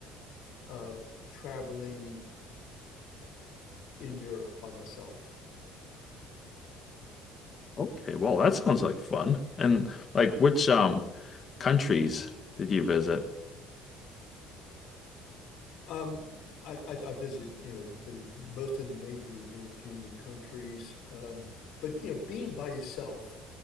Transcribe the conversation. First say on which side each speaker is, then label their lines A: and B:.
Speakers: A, on the left; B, on the left.
A: uh, traveling in Europe by myself.
B: Okay, well, that sounds like fun. And like which um countries did you visit?
A: Um, I, I, I visit, you know, uh, most of the major European countries. Um, but, you know, being by yourself,